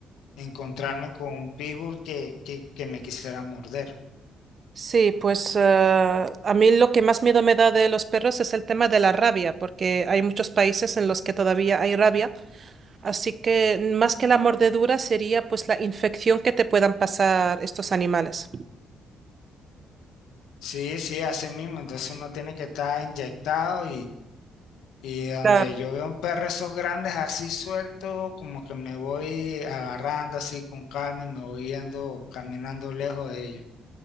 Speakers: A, on the left; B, on the right.
A: encontrarme con un pitbull que, que, que me quisiera morder.
B: Sí, pues eh, a mí lo que más miedo me da de los perros es el tema de la rabia, porque hay muchos países en los que todavía hay rabia, así que más que la mordedura sería pues la infección que te puedan pasar estos animales.
A: Sí, sí, así mismo. Entonces uno tiene que estar inyectado Y donde
B: Claro.
A: yo veo un perro esos grandes así suelto, como que me voy agarrando así con calma y me voy yendo caminando lejos de ellos.